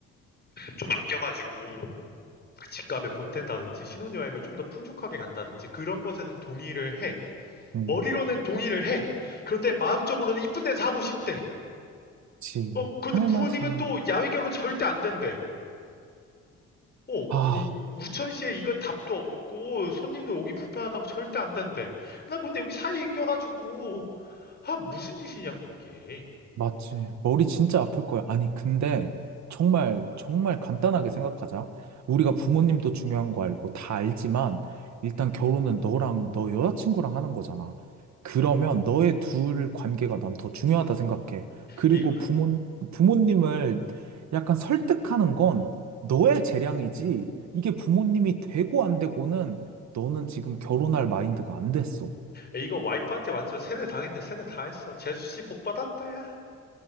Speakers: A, on the left; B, on the right.
A: 좀 아껴가지고 집값에 보탠다든지 신혼여행을 좀 더 풍족하게 간다든지 그런 것에는 동의를 해.
B: 음,
A: 머리로는 동의를 해. 그런데 마음적으로는 이쁜 데서 하고 싶대.
B: 그치.
A: 어, 근데
B: 당연하지.
A: 부모님은 또 야외 결혼 절대 안 된대. 어,
B: 아,
A: 우, 천시에 이거 답도 없고 손님들 오기 불편하다고 절대 안 된대. 난 근데 여기 사이에 껴가지고 아 무슨 짓이냐고 이게.
B: 맞지. 머리 진짜 아플 거야. 아니, 근데 정말, 정말 간단하게 생각하자. 우리가 부모님도 중요한 거 알고 다 알지만, 일단 결혼은 너랑 너 여자친구랑 하는 거잖아. 그러면 너의 둘 관계가 난 더 중요하다 생각해. 그리고
A: 이거
B: 부모, 부모님을 약간 설득하는 건 너의 재량이지. 이게 부모님이 되고 안 되고는 너는 지금 결혼할 마인드가 안 됐어.
A: 이거 와이프한테 완전 세뇌 당했네 세뇌 당했어. 재수 씨 복 받았다야. 야